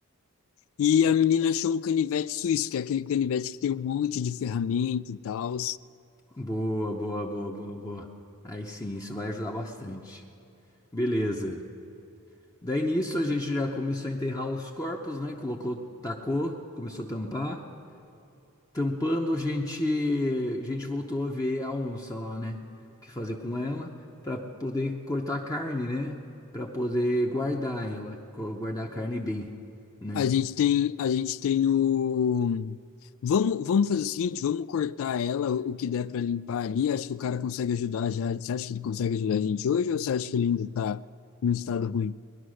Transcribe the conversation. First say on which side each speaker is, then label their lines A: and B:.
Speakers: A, on the left (about 65°); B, on the left (about 15°).
A: E a menina achou um canivete suíço, que é aquele canivete que tem um monte de ferramenta e tal.
B: Boa, boa, boa, boa, boa. Aí sim, isso vai ajudar bastante. Beleza. Daí nisso a gente já começou a enterrar os corpos, né? Colocou, tacou, começou a tampar. Tampando, a gente, a gente voltou a ver a onça lá, né? O que fazer com ela pra poder cortar a carne, né? Pra poder guardar ela, co- guardar a carne bem, né?
A: A gente tem, a gente tem o. Vamos, vamos fazer o seguinte, vamos cortar ela, o que der para limpar ali. Acho que o cara consegue ajudar já. Você acha que ele consegue ajudar a gente hoje ou você acha que ele ainda está num estado ruim,